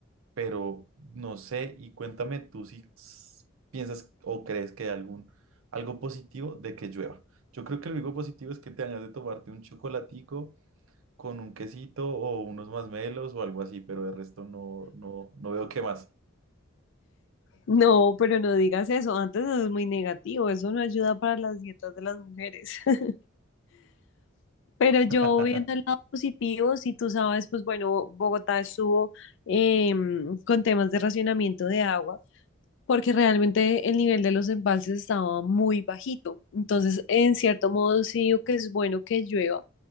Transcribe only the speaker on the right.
pero no sé, y cuéntame tú si s- piensas o crees que hay algún, algo positivo de que llueva. Yo creo que lo único positivo es que te hagas de tomarte un chocolatico con un quesito o unos masmelos o algo así, pero de resto no, no, no veo qué más.
<laughs>